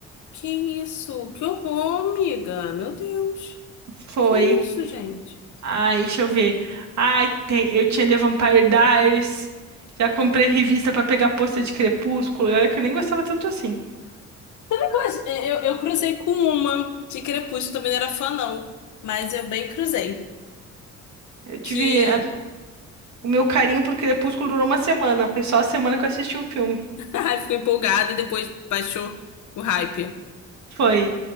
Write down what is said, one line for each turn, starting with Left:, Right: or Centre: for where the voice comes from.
Left: Que isso? Que horror, amiga. Meu Deus.
Right: Foi.
Left: Que isso, gente?
Right: Ai, deixa eu ver. Ai, tem, eu tinha The Vampire Diaries. Já comprei revista pra pegar pôster de Crepúsculo. E olha que eu nem gostava tanto assim.
Left: Sabe qual é? Eu, eu cruzei com uma de Crepúsculo, também não era fã, não. Mas eu bem cruzei.
Right: Eu tive.
Left: Que
Right: a- o meu carinho por Crepúsculo durou uma semana. Foi só a semana que eu assisti o filme.
Left: Ai, ficou empolgada, depois baixou o hype.
Right: Foi.